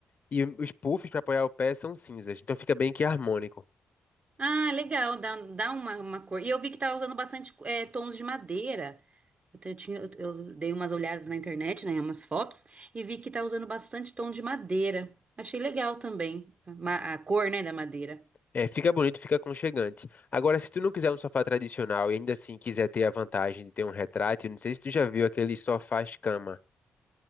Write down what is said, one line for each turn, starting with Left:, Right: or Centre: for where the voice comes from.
Left: e os puffs para apoiar o pé são cinzas. Então fica bem que harmônico.
Right: Ah, legal, dá, dá uma, uma cor. E eu vi que tava usando bastante eh, tons de madeira. Eu, te- eu tinha, eu, eu dei umas olhadas na internet, né, umas fotos, e vi que tá usando bastante tom de madeira. Achei legal também, ma- a cor, né, da madeira.
Left: É, fica bonito, fica aconchegante. Agora, se tu não quiser um sofá tradicional e ainda assim quiser ter a vantagem de ter um retrátil, não sei se tu já viu aquele sofá cama.